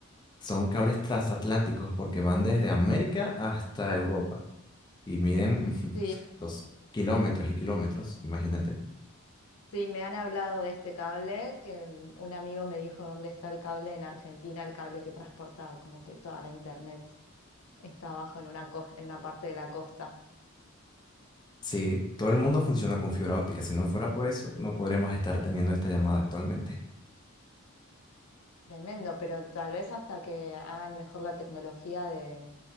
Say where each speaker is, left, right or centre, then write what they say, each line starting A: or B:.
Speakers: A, on the left; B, on the left.
A: Son cables transatlánticos porque van desde América hasta Europa y miden <laughs>
B: Sí.
A: dos kilómetros y kilómetros, imagínate.
B: Sí, me han hablado de este cable, que mm, un amigo me dijo dónde está el cable en Argentina, el cable que transporta como que toda la internet está abajo en una, co- en una parte de la costa.
A: Sí, todo el mundo funciona con fibra óptica. Si no fuera por eso, no podríamos estar teniendo esta llamada actualmente.
B: Tremendo, pero tal vez hasta que hagan mejor la tecnología de,